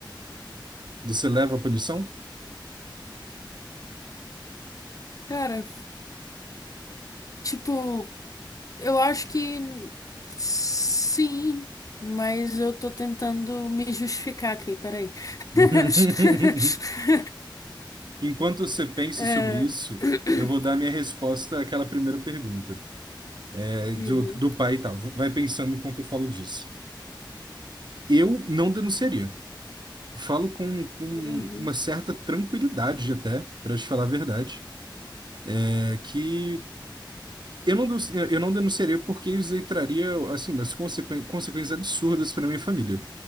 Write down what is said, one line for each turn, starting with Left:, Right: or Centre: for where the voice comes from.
Right: Você leva a punição?
Left: cara, tipo, eu acho que sim, mas eu tô tentando me justificar aqui, peraí.
Right: <laughs>
Left: <laughs>
Right: Enquanto você pensa
Left: Eh,
Right: sobre isso,
Left: <clears throat>
Right: eu vou dar minha resposta àquela primeira pergunta, é,
Left: Uhum.
Right: do, do pai e tal. Vai pensando enquanto eu falo disso. Eu não denunciaria. Falo com, com
Left: Uhum.
Right: uma certa tranquilidade até, para te falar a verdade, é que Eu não, denunci- eu não denunciaria porque isso aí traria, assim, umas consequen- consequências absurdas para minha família.